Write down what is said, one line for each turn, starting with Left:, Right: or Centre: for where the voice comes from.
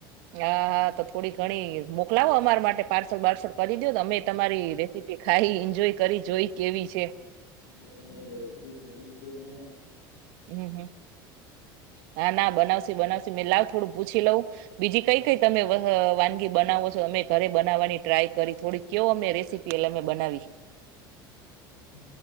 Right: હા હા તો થોડી ઘણી મોકલાવો અમાર માટે પાર્સલ બાર્સલ. કરી દયો તો અમેય તમારી રેસીપી ખાઈ એન્જોય કરી જોઈ કેવી છે
Left: અ તમે રેસીપી મોકલી તી અને
Right: અમ હમ્મ. હા ના બનાવશે બનાવશે મેં લાવ થોડું પૂછી લઉં બીજી કઈ-કઈ તમે વ અ વાનગી બનાવો છો અમે ઘરે બનાવવાની ટ્રાય કરી થોડી કેવો અમને રેસીપી એટલે અમે બનાવી.
Left: હ